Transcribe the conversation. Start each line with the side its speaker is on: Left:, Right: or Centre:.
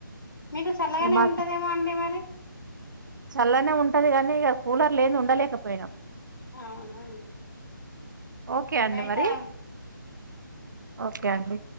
Left: మీకు చల్లగానే
Right: ఇగ మాకు
Left: ఉంటదేమో అండి మరి
Right: చల్లనే ఉంటది కానీ ఇక కూలర్లు లెంది ఉండలేకపోయినాం
Left: అవున అండి
Right: ఓకే అండి
Left: బయట
Right: మరి ఓకే అండి